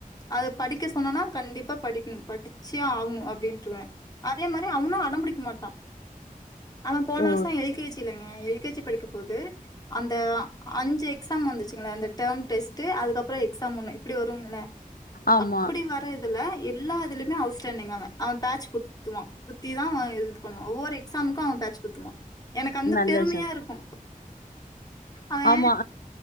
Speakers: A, on the left; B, on the left.
A: அத படிக்க சொன்னனா கண்டிப்பா படிக்கணு படிச்சே ஆகணு அப்டின்னுருவே அதே மாரி அவனு அடம்பிடிக்க மாட்டா அவ போன
B: ஓ!
A: வருஷோ எல் கே ஜி இல்லங்க எல் கே ஜி படிக்கும் போது அந்த அஞ்சு எக்ஸாம் வந்துச்சுங்கள அந்த டேம் டெஸ்ட்டு அதுக்கப்றோ எக்ஸாம் ஒன்னு இப்டி வரும்ள
B: ஆமா.
A: அப்டி வர இதுல எல்லா இதுலயுமே அவுட்ஸ்டாண்டிங் அவே அவே பேட்ச் குத்துவா குத்திதா அவே இது பண்ணுவா ஒவ்வொரு எக்ஸாமுக்கு அவே பேட்ச் குத்துவா எனக்கு வந்து
B: நல்ல
A: பெருமையா
B: விஷயம்.
A: இருக்கு அவ
B: ஆமா